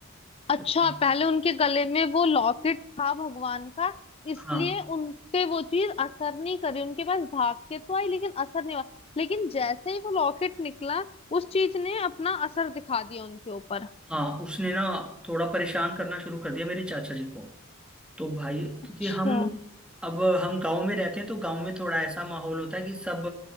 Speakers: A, on the left; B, in the centre.
A: अच्छा
B: अच्छा
A: पहले उनके गले में वो लॉकेट था भगवान का इसलिए
B: हाँ
A: उन पे वो चीज असर नहीं करी उनके पास भाग के तो आई लेकिन असर नहीं हुआ लेकिन जैसे ही वो लॉकेट निकला उस चीज ने अपना असर दिखा दिया उनके ऊपर
B: हाँ उसने ना थोड़ा परेशान करना शुरू कर दिया मेरे चाचा जी को तो भाई
A: अच्छा
B: क्योंकि हम अब हम गांव में रहते हैं तो गांव में थोड़ा ऐसा माहौल होता है कि सब